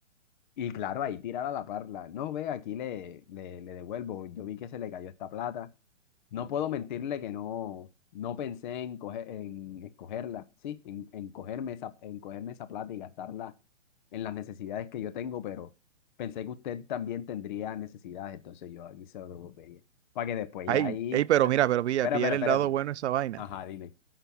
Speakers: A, on the left (about 40°); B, on the right (about 65°).
A: Y claro, ahí tirar a la parla. No, ve, aquí le, le, le devuelvo. Yo vi que se le cayó esta plata. No puedo mentirle que no, no pensé en, coger, en escogerla, sí, en, en cogerme esa, en cogerme esa plata y gastarla en las necesidades que yo tengo, pero pensé que usted también tendría necesidades, entonces yo aquí se lo pedía. Para que después
B: Ay,
A: ya ahí.
B: ey, pero
A: ah,
B: mira, pero pilla,
A: Espera,
B: pillar
A: espera,
B: el
A: espérate.
B: lado bueno a esa vaina.
A: Ajá, dime.